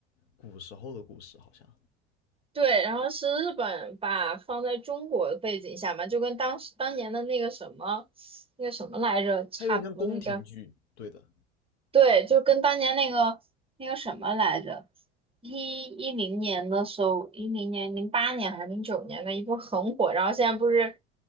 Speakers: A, on the left (about 70°); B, on the right (about 15°).
A: 古时候的故事，好像
B: 对，然后是日本把放在中国的背景下嘛，就跟当时当年的那个什么，那个什么来着，差不多，
A: 他有点像宫廷剧，
B: 那个叫
A: 对的，
B: 对，就跟当年那个那个什么来着，一一零年的时候，一零年、零八年还是零九年的一部很火，然后现在不是